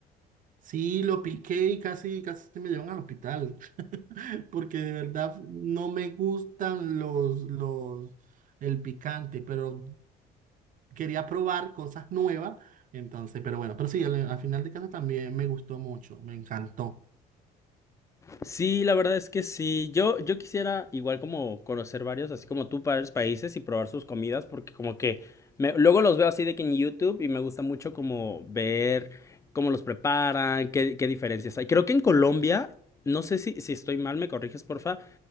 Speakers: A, on the right (about 50°); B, on the left (about 20°).
A: Sí, lo piqué y casi, casi me llevan al hospital, <laughs> porque de verdad no me gustan los, los, el picante, pero quería probar cosas nuevas, entonces, pero bueno, pero sí, al, al final de caso también me gustó mucho, me encantó.
B: Sí, la verdad es que sí, yo, yo quisiera igual como conocer varios, así como tú, varios países y probar sus comidas, porque como que me- luego los veo así de que en YouTube y me gusta mucho como ver cómo los preparan, qué, qué diferencias hay. Creo que en Colombia, no sé si, si estoy mal, me corriges, porfa,